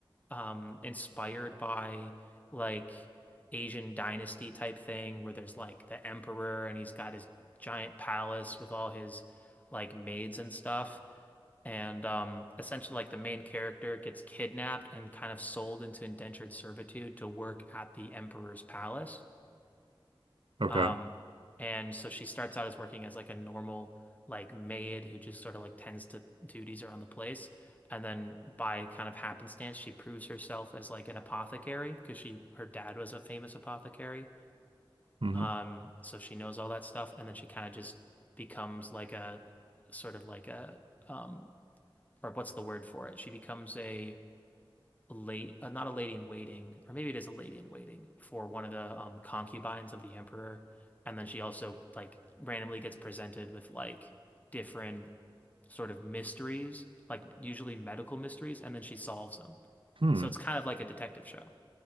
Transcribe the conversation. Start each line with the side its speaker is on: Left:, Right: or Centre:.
Left: um inspired by like Asian dynasty type thing where there's like the emperor and he's got his giant palace with all his like maids and stuff. And um essentially like the main character gets kidnapped and kind of sold into indentured servitude to work at the emperor's palace.
Right: Okay.
Left: Um, and so she starts out as working as like a normal like maid who just sort of like tends to duties around the place. And then by kind of happenstance, she proves herself as like an apothecary because she her dad was a famous apothecary.
Right: hmm
Left: Um, so she knows all that stuff, and then she kind of just becomes like a sort of like a um or what's the word for it? She becomes a late, uh, not a lady in waiting, or maybe it is a lady in waiting for one of the um, concubines of the emperor, and then she also like randomly gets presented with like different sort of mysteries, like usually medical mysteries, and then she solves them.
Right: Hmm.
Left: So it's kind of like a detective show,